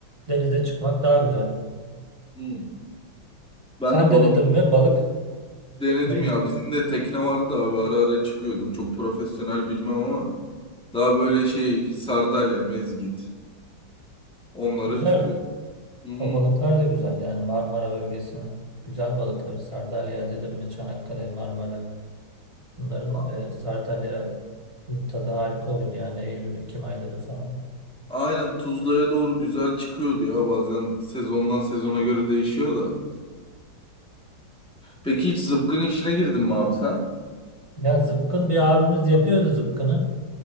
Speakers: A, on the right; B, in the centre.
A: denize çıkmak daha güzel.
B: Hı. Ben
A: Sen
B: de balık
A: denedin mi balık
B: denedim
A: tutmayı?
B: ya. Bizim de tekne vardı da abi ara ara çıkıyorduk. Çok profesyonel bilmem ama daha böyle şey sardalya, mezgit onları
A: Güzel.
B: tutuyor. Hı hı.
A: O balıklar da güzel yani Marmara bölgesinin güzel balıkları. Sardalya dedim mi Çanakkale, Marmara. Bunların
B: A-
A: e, Sardalya'nın tadı harika olur yani Eylül, Ekim ayları falan.
B: Aynen Tuzla'ya doğru güzel çıkıyordu ya bazen sezondan sezona göre değişiyor da. Peki hiç zıpkın işine girdin mi abi sen?
A: Ya zıpkın bir abimiz yapıyordu zıpkını.